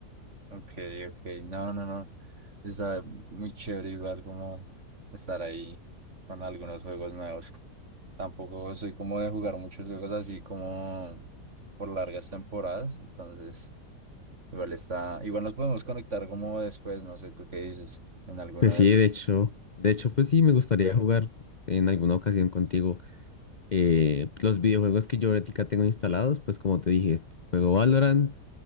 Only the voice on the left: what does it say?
Pues
sí,
de hecho, de hecho, pues sí, me gustaría jugar en alguna ocasión contigo eh, los videojuegos que yo ahorita tengo instalados, pues como te dije, juego Valorant.